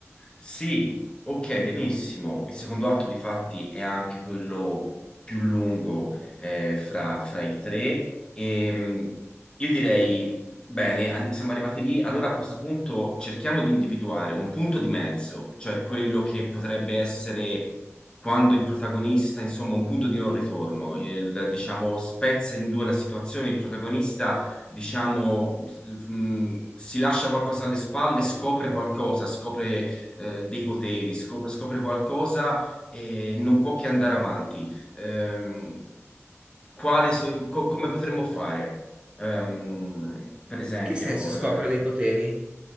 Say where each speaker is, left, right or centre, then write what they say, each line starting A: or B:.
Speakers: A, on the left (about 20°); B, on the right (about 20°).
A: Sì, ok, benissimo. Il secondo atto, difatti, è anche quello più lungo eh, fra, fra i tre. E, mh, io direi, bene, an- siamo arrivati lì. Allora a questo punto cerchiamo di individuare un punto di mezzo, cioè quello che potrebbe essere quando il protagonista, insomma, un punto di non ritorno, il, diciamo, spezza in due la situazione, il protagonista diciamo, mh, si lascia qualcosa alle spalle, scopre qualcosa, scopre eh, dei poteri, scopre, scopre qualcosa e non può che andare avanti. Ehm, quale se- co- come potremmo fare? Ehm, per esempio,
B: In che senso scopre
A: eh,
B: dei poteri?